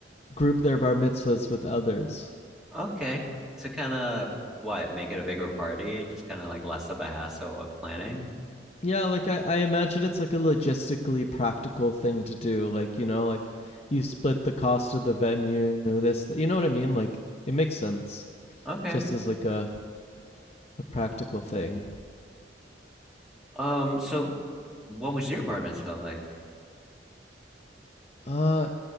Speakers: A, on the left (about 35°); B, in the centre.
A: group their bar mitzvahs with others.
B: Okay. To kind of what, make it a bigger party, just kind of like less of a hassle of planning.
A: Yeah, like I, I imagine it's like a logistically practical thing to do. Like, you know, like you split the cost of the venue, this, th- you know what I mean? Like it makes sense
B: Okay.
A: just as like a, a practical thing.
B: Um, so what was your bar mitzvah like?
A: Uh,